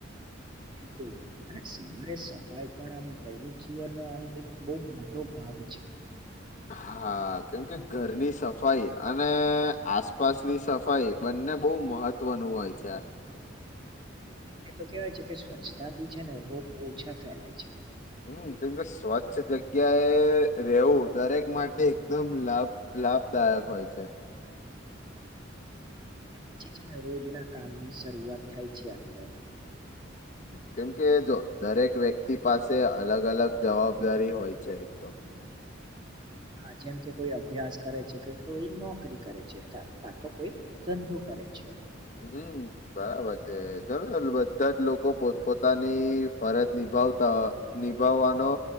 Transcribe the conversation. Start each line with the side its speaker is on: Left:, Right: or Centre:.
Right: બિલકુલ હ. સરે સફાઈ પણ આમ દૈનિક જીવનનો આમ એક બહ મોટો ભાગ છે.
Left: હા કેમ કે ઘરની સફાઈ અને આસપાસની સફાઈ બંને બહુ મહત્વનું હોય છે.
Right: એટલે તો કેવાય છે કે સ્વચ્છતાથી છે ને રોગ ઓછા ફેલાય છે.
Left: હમ કેમ કે સ્વચ્છ જગ્યાએ રહેેવું દરેક માટે એકદમ લાભ લાભદાયક હોય છે.
Right: અને પછી છે ને રોજના કામની શરૂઆત થાય છે આપણેે.
Left: કેમકે જો દરેક વ્યક્તિ પાસે અલગ અલગ જવાબદારી હોય છે એક તો.
Right: હા જેમ કે કોઈ અભ્યાસ કરે છે કે કોઈ નોકરી કરે છે કા તો કોઈ ધંધો કરે. કરે છે.
Left: હમ બરાબર છે ચલો ચાલ બધા જ લોકો પોત પોતાની ફરજ ની નિભાવતા નિભાવવાનો